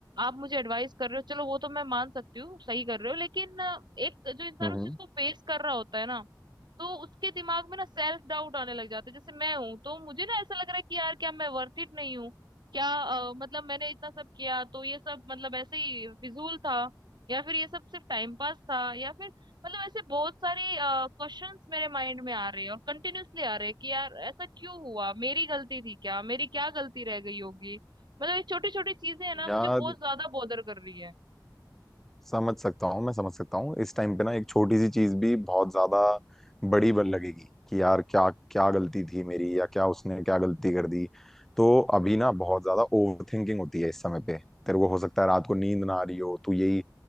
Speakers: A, on the right; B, in the centre.
A: आप मुझे एडवाइस कर रहे हो चलो वो तो मैं मान सकती हूँ सही कर रहे हो लेकिन अ, एक जो इंसान
B: हम्म
A: उस चीज को फेस कर रहा होता है ना तो उसके दिमाग में ना सेल्फ डाउट आने लग जाता है जैसे मैं हूं तो मुझे ना ऐसा लग रहा है कि यार क्या मैं वर्थ इट नहीं हूँ क्या अ, मतलब मैंने इतना सब किया तो ये सब मतलब ऐसे ही फिजूल था या फिर ये सब सिर्फ टाइम पास था या फिर मतलब ऐसे बहुत सारे क्वेश्चंस मेरे माइंड में आ रहे हैं और कंटिन्यूअसली आ रहे हैं कि यार ऐसा क्यों हुआ मेरी गलती थी क्या मेरी क्या गलती रह गई होगी मतलब ये छोटी छोटी चीजें हैं ना मुझे
B: यार
A: बहुत ज्यादा बॉदर कर रही है
B: समझ सकता हूँ मैं समझ सकता हूँ इस टाइम पे ना एक छोटी सी चीज भी बहुत ज्यादा बड़ी बन लगेगी कि यार क्या क्या गलती थी मेरी या क्या उसने क्या गलती कर दी तो अभी ना बहुत ज्यादा ओवर थिंकिंग होती है इस समय पे तेरे को हो सकता है रात को नींद ना आ रही हो तू यही